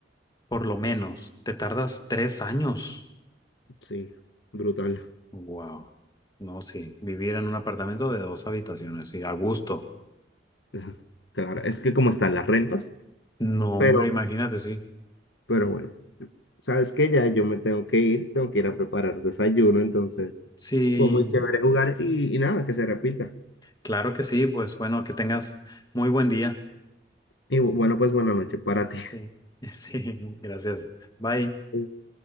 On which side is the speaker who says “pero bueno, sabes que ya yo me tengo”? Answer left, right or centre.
Left